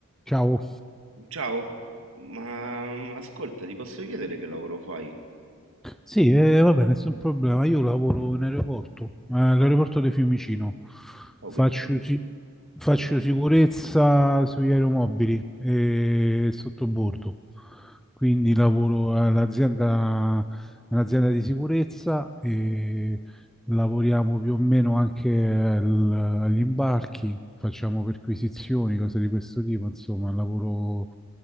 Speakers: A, in the centre; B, on the right.
A: Ciao.
B: Ciao, ma mm, ascolta, ti posso chiedere che lavoro fai?
A: Sì, eh, vabbè, nessun problema. Io lavoro in aeroporto, eh, all'aeroporto di Fiumicino.
B: Oh,
A: Faccio,
B: che bello.
A: si- faccio sicurezza sugli aeromobili e sottobordo. Quindi lavoro all'azienda, all'azienda di sicurezza e lavoriamo più o meno anche al- agli imbarchi, facciamo perquisizioni, cose di questo tipo, insomma, lavoro